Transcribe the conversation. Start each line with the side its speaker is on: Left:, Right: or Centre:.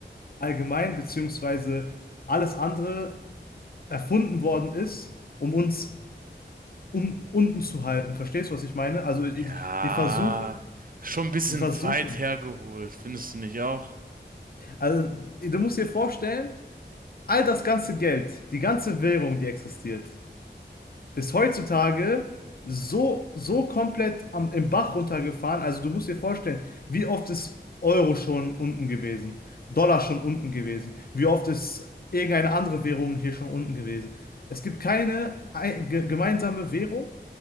Left: allgemein, beziehungsweise alles andere erfunden worden ist, um uns un unten zu halten. Verstehst du, was ich meine? Also die,
Right: Ja,
Left: die versuchen,
Right: schon ein bisschen
Left: die versuchen.
Right: weit hergeholt, findest du nicht auch?
Left: Also du musst dir vorstellen, all das ganze Geld, die ganze Währung, die existiert. ist heutzutage so, so komplett am, im Bach runtergefahren. Also du musst dir vorstellen, wie oft ist Euro schon unten gewesen, Dollar schon unten gewesen, wie oft ist irgendeine andere Währung hier schon unten gewesen. Es gibt keine ein, ge gemeinsame Währung